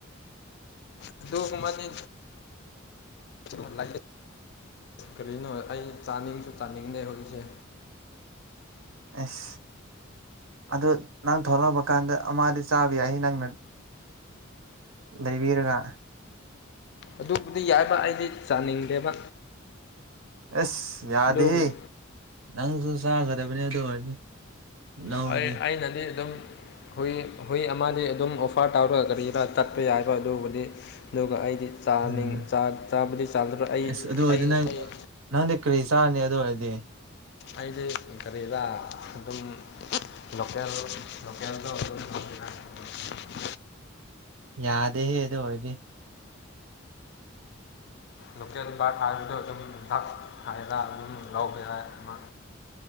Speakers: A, on the left; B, on the right.
A: ꯑꯗꯨꯒꯨꯝꯕꯗꯤ ꯂꯦ <unintelligible> ꯀꯔꯤꯅꯣ ꯑꯩ ꯆꯥꯅꯤꯡꯁꯨ ꯆꯥꯅꯤꯡꯗꯦ ꯍꯧꯖꯤꯛꯁꯦ
B: ꯑꯁ ꯑꯗꯨ ꯅꯪ ꯊꯣꯛꯂꯛꯄ ꯀꯥꯟꯗ ꯃꯥꯗꯤ ꯆꯥꯕ ꯌꯥꯏ ꯅꯪꯅ ꯂꯩꯕꯤꯔꯒ
A: ꯑꯗꯨꯕꯨꯗꯤ ꯌꯥꯏꯕ ꯑꯩꯗꯤ ꯆꯥꯅꯤꯡꯗꯦꯕ
B: ꯑꯁ ꯌꯥꯗꯦꯍꯦ
A: ꯑꯗꯨꯕꯨꯗꯤ
B: ꯅꯪꯁꯨ ꯆꯥꯒꯗꯕꯅꯤ ꯑꯗꯨ ꯑꯣꯏꯔꯗꯤ ꯂꯧꯔꯗꯤ
A: ꯍꯣꯏ ꯑꯩꯅꯗꯤ ꯑꯗꯨꯝ ꯍꯨꯏ ꯍꯨꯏ ꯑꯃꯗꯤ ꯑꯗꯨꯝ ꯑꯣꯐꯔ ꯇꯧꯔꯒ ꯀꯔꯤꯔ ꯆꯠꯄ ꯌꯥꯏꯕ ꯑꯗꯨꯕꯨꯗꯤ ꯑꯗꯨꯒ ꯑꯩꯗꯤ ꯆꯥꯅꯤꯡ
B: ꯎꯝ
A: ꯆꯥ ꯆꯥꯕꯗꯤ ꯆꯥꯗ꯭ꯔꯒꯥ ꯑꯩ
B: ꯑꯁ ꯑꯗꯨ ꯑꯣꯏꯔꯗꯤ
A: ꯑꯩ
B: ꯅꯪ
A: ꯑꯧ
B: ꯅꯪꯗꯤ ꯀ꯭ꯔꯤ ꯆꯥꯔꯅꯤ ꯑꯗꯨ ꯑꯣꯏꯔꯗꯤ
A: ꯑꯩꯗꯤ ꯀꯔꯤꯔ ꯑꯗꯨꯝ ꯂꯣꯀꯦꯜ ꯂꯣꯀꯦꯜꯗꯣ <unintelligible>
B: ꯌꯥꯗꯦ ꯍꯦ ꯑꯗꯨ ꯑꯣꯏꯔꯗꯤ
A: ꯂꯣꯀꯦꯜ ꯕꯥꯔꯠ ꯍꯥꯏꯕꯗꯣ ꯑꯗꯨꯝ <unintelligible> ꯍꯥꯏꯔ ꯑꯗꯨꯝ ꯂꯧꯕ ꯌꯥꯏ ꯑꯃ